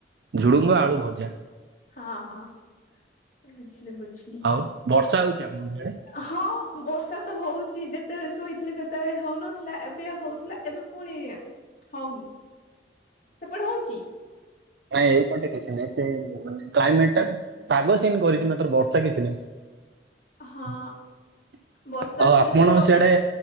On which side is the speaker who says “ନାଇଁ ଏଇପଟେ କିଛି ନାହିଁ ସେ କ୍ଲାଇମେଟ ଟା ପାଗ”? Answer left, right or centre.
Right